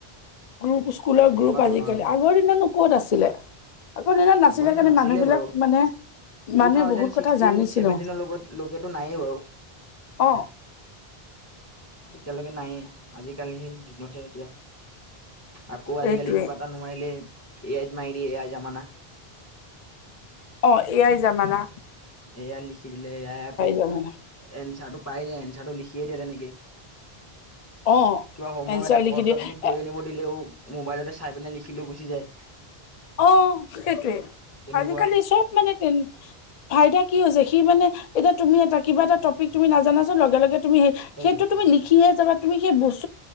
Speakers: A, on the left (about 50°); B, on the left (about 20°).
A: গ্ৰুপ স্কুলৰ
B: তেনেকুৱা
A: গ্ৰুপ
B: ধৰণৰ
A: আজিকালি।
B: আৰু।
A: আগৰ দিনতনো ক'ত আছিলে। আগৰ দিনত নাছিলে
B: আগৰ দিনত
A: কেনে মানুহবিলাক
B: বাৰু
A: মানে।
B: টু
A: মানুহে
B: থাউজেণ্ড
A: বহুত কথা
B: ছিক্সটিন,
A: জানিছিলো
B: ছেভেন্টিন লগত লোকেতো নায়েই বাও।
A: অঁ।
B: এতিয়ালৈকে নায়েই। আজিকালি সেই দিনতহে এতিয়া। আকৌ আজিকালি
A: এইটোৱে
B: কিবা এটা নোৱাইলে এ আইত মাৰি দিয়ে। এ আই জামানা।
A: অ, এ আই যামানা।
B: এ আইত লিখি দিলে এ আই আকৌ
A: জামেলা
B: এনচাৰটো পাই যায়। এনচাৰটো লিখি দিয়ে তেনেকেই।
A: অ
B: কিবা হমৱৰ্ক
A: এনচাৰ
B: এটা ঘৰত
A: লিখি দিয়ে
B: আপুনি কৰি
A: এ-
B: আনিব দিলেও, মোবাইলতে চাই পিনে লিখিলৈ গুচি যায়।
A: অ সেইটোৱে।
B: তেনেকুৱা
A: আজিকালি চব মানে তেন ফাইদা কি হৈছে। সি মানে এতিয়া তুমি এটা কিবা এটা টপিক তুমি নাজানাচোন লগে লগে তুমি সেই
B: সেইটোৱে
A: সেইটো তুমি লিখিহে যাবা। তুমি সেই বস্